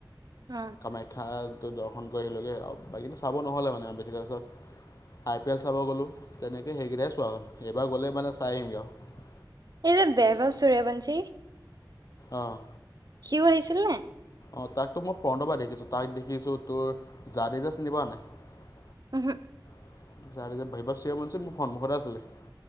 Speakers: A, on the right; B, on the left.
A: অ'।
B: কামাখ্যাটো দৰ্শন কৰি আহিলোঁ গৈ আৰু বাকীতটো চাব নহ'লে মানে আম বেছিছ আই পি এল চাব গ'লোঁ তেনেকৈ সেইকেইটহে চোৱা হ'ল এইবাৰ গ'লেই মানে চাই আহিমগৈ আৰু
A: এই যে বৈভৱ চূৰয়বঞ্চি
B: আহ',
A: সিও আহিছিল নে
B: অ', তাকতো মই ফ্ৰণ্টৰ পৰা দেখিছোঁ তাইক দেখিছোঁ তোৰ যা দেেই যা চিনি পোৱা নাই
A: উহো
B: <unintelligible> মোৰ সন্মুখতে আছিলে